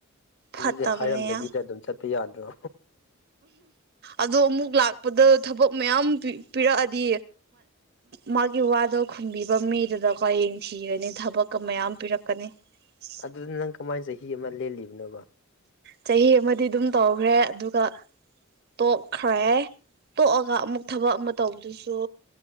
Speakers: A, on the left; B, on the right.
A: ꯑꯗꯨꯗꯤ
B: ꯐꯠꯇꯕꯅꯦ
A: ꯍꯥꯏꯔꯝꯗꯕꯤꯗ
B: ꯌꯥꯝ
A: ꯑꯗꯨꯝ ꯆꯠꯄ ꯌꯥꯗ꯭ꯔꯣ꯫
B: ꯑꯗꯣ ꯑꯃꯨꯛ ꯂꯥꯛꯄꯗ ꯊꯕꯛ ꯃꯌꯥꯝ ꯄꯤꯔꯛꯑꯗꯤ꯫ ꯃꯥꯒꯤ ꯋꯥꯗꯣ ꯈꯨꯝꯕꯤꯕ ꯃꯤꯗꯨꯗꯀꯣ ꯌꯦꯡꯊꯤꯒꯅꯤ ꯊꯕꯛꯀ ꯃꯌꯥꯝ ꯄꯤꯔꯛꯀꯅꯤ꯫ <unintelligible>
A: ꯑꯗꯨꯅ ꯅꯪ ꯀꯃꯥꯏꯅ ꯆꯍꯤ ꯑꯃ ꯂꯦꯜꯂꯤꯕꯅꯣꯕ꯫
B: ꯆꯍꯤ ꯑꯃꯗꯤ ꯑꯗꯨꯝ ꯇꯧꯈ꯭ꯔꯦ ꯑꯗꯨꯒ ꯇꯣꯛꯈ꯭ꯔꯦ ꯇꯣꯛꯑꯒ ꯑꯃꯨꯛ ꯊꯕꯛ ꯑꯃ ꯇꯧꯕꯗꯨꯁꯨ꯫